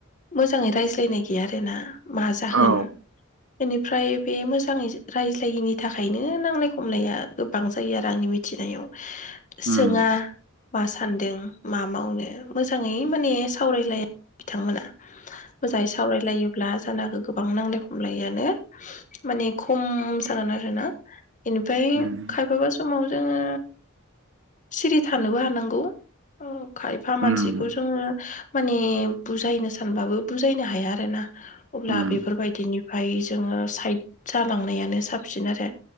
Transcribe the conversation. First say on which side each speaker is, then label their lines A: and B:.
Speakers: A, on the left; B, on the right.
A: मोजाङै रायज्लायनाय गैया आरोना मा जाहोन
B: औ
A: बेनिफ्राय बे मोजाङै रायज्लायैनि थाखायनो नांलाय खमलाया गोबां जायो आरो आंनि मिथिनायाव
B: उम
A: सोङा मा सान्दों। मा मावनो मोजाङै माने सावरायलाया बिथांमोना मोजाङै सावरायलायोब्ला जानागौ गोबां नांलाय खमलायानो माने खम जागोन आरोना बेनिफ्राय
B: उम
A: खायफाबा समाव जोङो सिरि थानोबो हानांगौ औ। खायफा मानसिखौ
B: उम
A: जोङो । माने बुजायनो सानबाबो बुजायनो हाया। आरोना अब्ला
B: उम
A: बेफोरबायदिनि ओमाय जोङो साइड जालांनायानो साबसिन आरो